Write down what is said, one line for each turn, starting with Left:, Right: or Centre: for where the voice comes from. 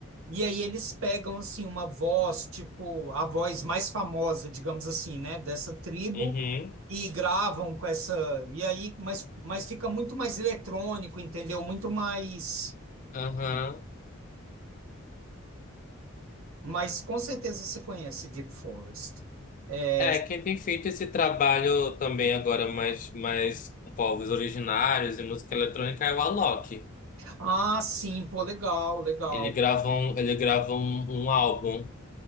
Right: e aí eles pegam, assim, uma voz, tipo, a voz mais famosa, digamos assim, né? Dessa tribo
Left: Uhum,
Right: e gravam com essa... E aí, mas, mas fica muito mais eletrônico, entendeu? Muito mais...
Left: aham.
Right: Mas com certeza você conhece Deep Forest. É,
Left: É, quem tem feito esse trabalho também agora mais, mais com povos originários e música eletrônica é o Alok.
Right: Ah, sim, pô, legal, legal.
Left: Ele grava um, ele grava um, um álbum